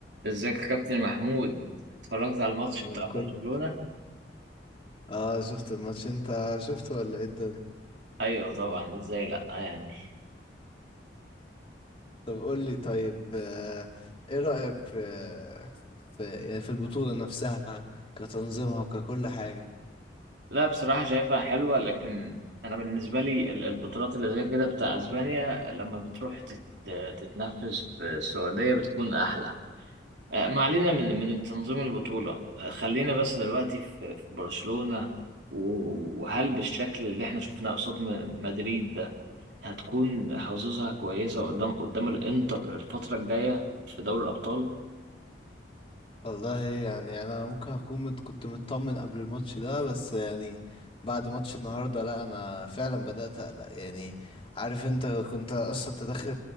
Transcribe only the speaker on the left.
ما
كل
اه شفت الماتش انت شفته ولا ايه الدنيا
طب قول لي طيب آه، ايه رأيك في... في يعني في البطولة نفسها كتنظيمها وككل حاجة
والله يعني انا ممكن اكون مت- كنت مطمن قبل الماتش ده بس يعني بعد ماتش النهارده لا انا فعلا بدأت اقلق يعني عارف انت كنت اصلا انت داخل